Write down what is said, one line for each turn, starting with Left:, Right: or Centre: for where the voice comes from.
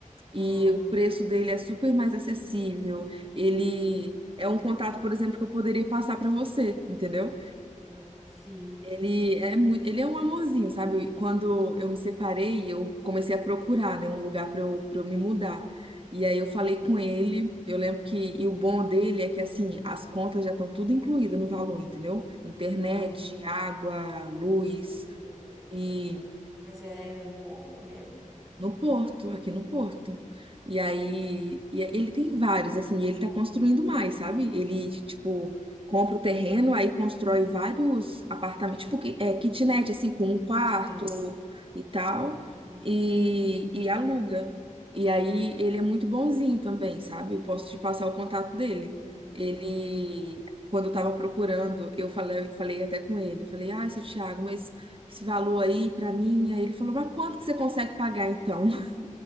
Right: E
Centre: ah,
Right: o preço dele é super mais acessível. Ele é um contato, por exemplo, que eu poderia passar para você, entendeu?
Centre: aham, sim,
Right: Ele é muito, ele é um amorzinho, sabe? Quando eu me separei, eu comecei a procurar, né, um lugar para eu, para eu me mudar. E aí eu falei com ele, eu lembro que, e o bom dele é que assim, as contas já estão tudo incluídas no valor, entendeu? Internet,
Centre: ah,
Right: água, luz
Centre: tudo, né?
Right: e
Centre: Aham. Mas é aí no Porto mesmo?
Right: no Porto, aqui no Porto. E aí, e é, ele tem vários, assim, e ele tá construindo mais, sabe? Ele, tipo, compra o terreno, aí constrói vários apartamentos, tipo, ki- é, kitnet, assim, com um quarto
Centre: Kitnet.
Right: e tal,
Centre: Aham,
Right: e, e aluga. E aí, ele é muito bonzinho também, sabe? Eu posso te passar o contato dele.
Centre: sim.
Right: Ele,
Centre: ah,
Right: quando eu tava procurando, eu falei, eu falei até com ele, falei, ah, seu Thiago, mas esse valor aí pra mim. Aí ele falou, mas quanto que você consegue pagar então? <laughs>